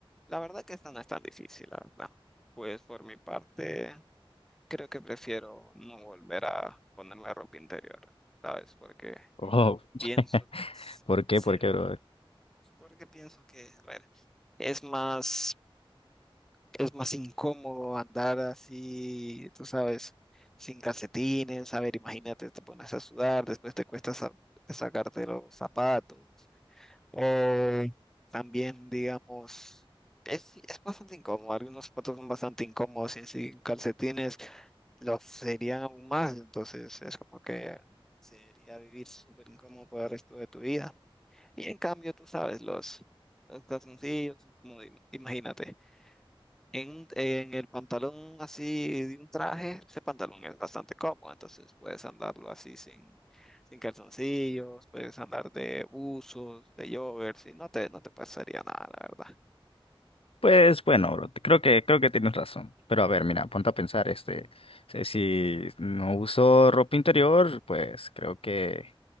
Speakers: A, in the centre; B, on the left (about 80°).
A: La verdad que esta no es tan difícil, la verdad. Pues por mi parte, creo que prefiero no volver a ponerme ropa interior, ¿sabes? Porque
B: Oh,
A: pienso...
B: <laughs> ¿por qué?
A: Sí,
B: ¿Por qué, bro?
A: porque pienso que, a ver, es más... es más incómodo andar así, tú sabes, sin calcetines, a ver, imagínate, te pones a sudar, después te cuesta sa- sacarte los zapatos. O también, digamos, es, sí, es bastante incómodo, algunos zapatos son bastante incómodos y sin calcetines los serían aún más, entonces es como que sería vivir súper incómodo por el resto de tu vida. Y en cambio, tú sabes, los, los calzoncillos, como, digo, imagínate en, en el pantalón así de un traje, ese pantalón es bastante cómodo, entonces puedes andarlo así sin, sin calzoncillos, puedes andar de buzos, de joggers, y no te, no te pasaría nada, la verdad.
B: Pues bueno, bro, te- creo que, creo que tienes razón. Pero a ver, mira, ponte a pensar, este, si si no uso ropa interior, pues creo que,